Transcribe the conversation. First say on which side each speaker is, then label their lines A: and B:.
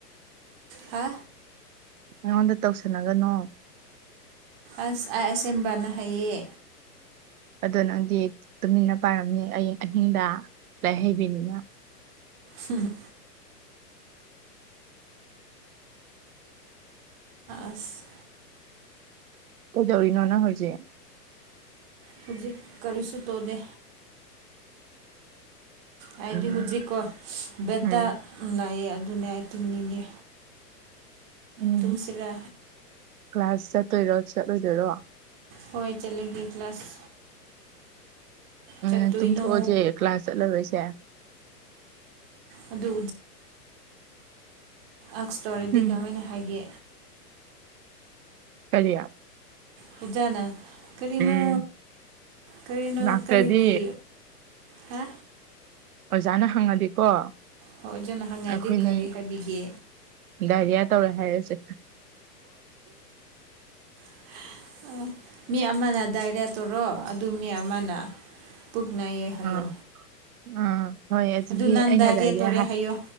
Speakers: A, on the right; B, on the right.
A: ꯍꯥ
B: ꯑꯩꯉꯣꯟꯗ ꯇꯧꯁꯟꯅꯒꯅꯣ
A: ꯑꯁ ꯑꯁꯦꯡꯕꯅ ꯍꯥꯏꯌꯦ
B: ꯑꯗꯣ ꯅꯪꯗꯤ ꯇꯨꯃꯤꯟꯅ ꯄꯥꯔꯝꯃꯤ ꯑꯩ ꯑꯍꯤꯡꯗ ꯂꯥꯏ ꯍꯩꯕꯤꯅꯤꯅ
A: ꯍꯝ ꯑꯁ
B: ꯀꯩꯗꯧꯔꯤꯅꯣ ꯅꯪ ꯍꯧꯖꯤꯛ
A: ꯍꯧꯖꯤꯛ ꯀꯔꯤꯁꯨ ꯇꯧꯗꯦ ꯍꯥꯏꯗꯤ
B: ꯎꯝ
A: ꯍꯧꯨꯗ꯭ꯔꯤꯀꯣ ꯕꯦꯗꯥ
B: ꯎꯝ
A: ꯂꯥꯛꯑꯦ ꯑꯗꯨꯅꯦ ꯑꯩ ꯇꯨꯝꯅꯤꯡꯉꯦ
B: ꯎꯝ
A: ꯇꯨꯝꯁꯤꯔ
B: ꯀ꯭ꯂꯥꯁ ꯆꯠꯇꯣꯏꯔꯣ ꯆꯠꯂꯣꯏꯗꯣꯏꯔꯣ
A: ꯍꯣꯏ ꯆꯠꯂꯦꯒꯦ ꯀ꯭ꯂ ꯀ꯭ꯂꯥꯁ
B: ꯎꯝ
A: ꯆꯠꯇꯣꯏꯅꯣ
B: ꯇꯨꯝꯊꯣꯛꯑꯁꯦ ꯀ꯭ꯂꯥꯁ ꯆꯠꯂꯔꯣꯏꯁꯦ
A: ꯑꯗꯨ ꯎ ꯑꯁꯇꯣꯔꯤꯗꯤ
B: ꯎꯝ
A: ꯀꯃꯥꯏꯅ ꯍꯥꯏꯒꯦ
B: ꯀꯔꯤ
A: ꯑꯣꯖꯥꯅ ꯀꯔꯤꯅꯣ
B: ꯎꯝ
A: ꯀꯔꯤꯅꯣ
B: ꯂꯥꯛꯇ꯭ꯔꯗꯤ
A: ꯀꯔꯤꯒꯤ ꯍꯥ
B: ꯑꯣꯖꯥꯅ ꯍꯪꯉꯗꯤꯀꯣ ꯑꯩꯈꯣꯏꯅꯤ
A: ꯍꯣꯏ ꯑꯣꯖꯥꯅ ꯍꯪꯉꯗꯤ ꯀꯔꯤ ꯍꯥꯏꯕꯤꯒꯦ
B: ꯗꯥꯔꯤꯌꯥ ꯇꯧꯔꯦ ꯍꯥꯏꯔꯁꯦ
A: <inaudible> ꯃꯤ ꯑꯃꯅ ꯗꯥꯏꯔꯤꯌꯥ ꯇꯧꯔꯣ ꯑꯗꯨ ꯃꯤ ꯑꯃꯅ ꯄꯨꯛꯅꯥꯩ ꯍꯥꯏꯌ
B: ꯑꯥ ꯑꯥ ꯍꯣꯏ ꯑꯗꯨꯒꯤ
A: ꯑꯗꯨ ꯅꯪ
B: ꯑꯩꯅꯗꯥꯏꯒꯤ
A: ꯗꯥꯏꯔꯦ ꯇꯣꯔꯦ
B: ꯍꯥꯏ
A: ꯍꯥꯏꯌꯣ